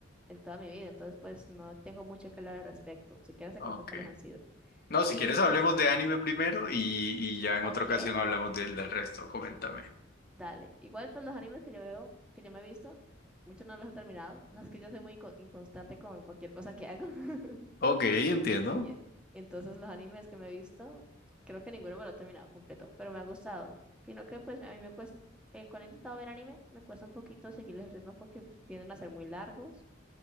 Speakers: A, in the centre; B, on the left (about 50°).
A: en toda mi vida, entonces pues no tengo mucho que hablar al respecto. Si quieres te
B: Ok.
A: cuento cuáles han sido.
B: No,
A: Y
B: si quieres
A: pues,
B: hablemos de anime primero y, y ya en
A: ah,
B: otra
A: ok,
B: ocasión hablamos del, del resto, coméntame.
A: dale. Igual pues los animes que yo veo, que yo me he visto, muchos no los he terminado, <laughs> las que yo soy muy inco- inconstante con cualquier cosa que hago. <laughs>
B: Ok, entiendo.
A: Y en- entonces los animes que me he visto, creo que ninguno me lo he terminado completo, pero me ha gustado. Sino que pues a mí me cuesta, eh, cuando he intentado ver anime, me cuesta un poquito seguirles el ritmo porque tienden a ser muy largos